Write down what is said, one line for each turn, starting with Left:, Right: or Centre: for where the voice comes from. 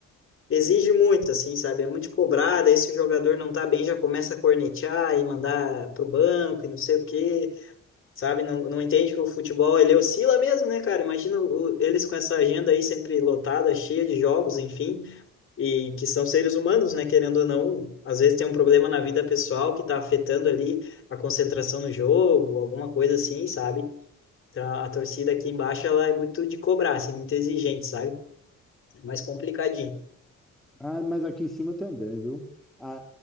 Left: exige muito, assim, sabe? É muito cobrado, aí se o jogador não tá bem, já começa a cornetear e mandar pro banco e não sei o quê, sabe? Não, não entende que o futebol, ele oscila mesmo, né, cara? Imagina o- eles com essa agenda aí sempre lotada, cheia de jogos, enfim, e que são seres humanos, né, querendo ou não, às vezes tem um problema na vida pessoal que tá afetando ali a concentração no jogo, alguma coisa assim, sabe? Então, a torcida aqui embaixo, ela é muito de cobrar, assim, muito exigente, sabe? É mais complicadinho.
Centre: Ah, mas aqui em cima também, viu? Ah,